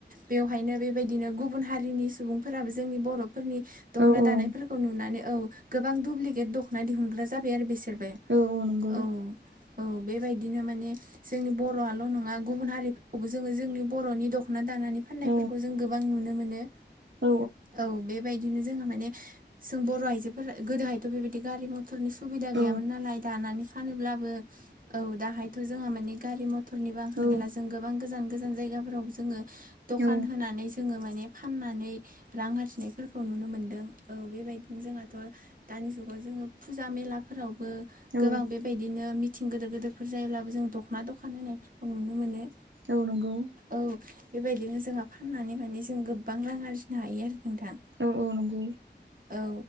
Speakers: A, on the right; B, on the right.
A: बेवहायनो बेबाय बिदिनो गुबुन हारिनि सुबुंफोराबो जोंनि बरफोरनि दखना
B: औ औ
A: दानायफोरखौ नुनानै औ गोबां दुुब्लिकेट दखना दिहुनग्रा जाबाय आरो बेसोरबो
B: औ औ नंगौ
A: औ औ बेबायदिनो माने जोंनि बरआल नङा गुबुन हारिफोरखौबो जोङो जोंनि बरनि दख ना दानानै फान्नायफोरखौ
B: औ
A: जों गोबां नुनो
B: औ
A: औ बेबाय दिनो जोङो माने जों बर आइजोफोर गोदोहायथ बेबायदि गारि मथर टरनि सुबिदा
B: औ
A: गैयामोन नालाय दानानै फानोब्लाबो औ दाहायथ जोंहा मानि गारि मथर टरनि बो आंखाल
B: औ
A: गैला जों गोबां गोजान गोजान जायगाफोराव जोङो दखान
B: औ
A: होनानै जोङो माने फाननानै रां आरजिनायफोरखौ नुनो मोनदों औ बेबायदिनो जोंहाथ दानि जुगाव जोङो फुजा मेलाफोरावबो
B: औ
A: गोबां बेबायदिनो मिथिं गोदोर गोदोरफोर जायोब्ला जों दखना दखान होनायफोरखौ नुनो मोनो
B: औ नंगौ
A: औ बेबायदिनो जोंहा फाननानै माने जों गोबां रां आरजिनो हायो आरो नोंथां
B: औ औ नंगौ
A: औ